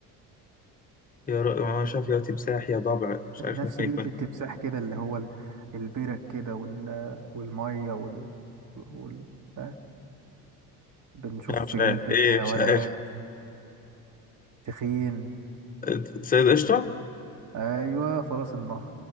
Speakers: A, on the left (about 20°); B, on the right (about 40°).
A: يا ر- مش عارف يا تمساح يا ضبع مش عارف
B: نفس
A: ممكن
B: بيئة
A: يكون ايه
B: التمساح كده اللي هو ال- البرك كده وال... والمية وال... وال... آه، بنشوفه
A: لا مش
B: في
A: عارف
B: جنينة الحيوانات
A: ايه مش عارف
B: تخين
A: آه، سيد قشطة
B: أيوة فرس النهر